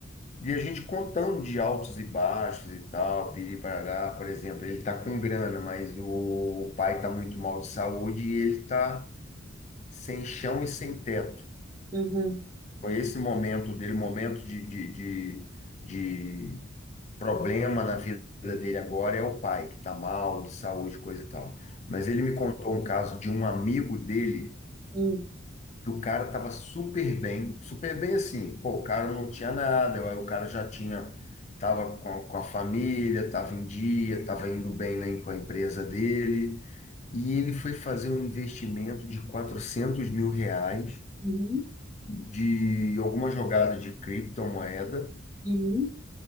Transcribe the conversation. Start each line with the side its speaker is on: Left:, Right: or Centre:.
Left: e a gente contando de altos e baixos e tal, piri-parará, por exemplo, ele está com grana, mas o pai está muito mal de saúde e ele está sem chão e sem teto.
Right: Uhum,
Left: Foi esse momento dele, momento de, de, de, de problema na vida dele agora é o pai, que está mal, de saúde, coisa e tal. Mas ele me contou um caso de um amigo dele,
Right: uhum,
Left: que o cara estava super bem, super bem assim, pô, o cara não tinha nada, aí o cara já tinha, estava com, a- com a família, estava em dia, estava indo bem né, com a empresa dele, e ele foi fazer um investimento de 400 mil reais
Right: uhum,
Left: de alguma jogada de criptomoeda
Right: uhum.